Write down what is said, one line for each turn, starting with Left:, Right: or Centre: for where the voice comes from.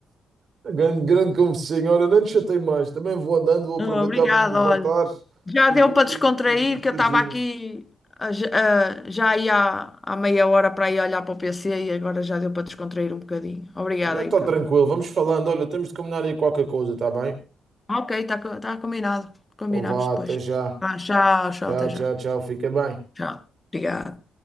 Right: Grande, grande conversinha. Ora, não te chatei mais. Também vou andando, vou aproveitar,
Left: Oh, obrigada,
Right: vou-me levantar
Left: olha. Já
Right: e
Left: deu
Right: vou
Left: para descontrair,
Right: aí fazer umas
Left: que
Right: coisinhas.
Left: eu estava aqui a- a- já aí há, há meia hora para ir olhar para o PC e agora já deu para descontrair um bocadinho. Obrigada
Right: Já
Left: aí
Right: está
Left: para
Right: tranquilo. Vamos falando. Olha, temos de combinar aí qualquer coisa, está bem?
Left: Ok, está tá co- tá combinado. Combinamos
Right: Então vá,
Left: depois.
Right: até já.
Left: Ah, tchau, tchau,
Right: Tchau,
Left: até
Right: tchau,
Left: já.
Right: tchau. Fica bem.
Left: Tchau. Obrigada.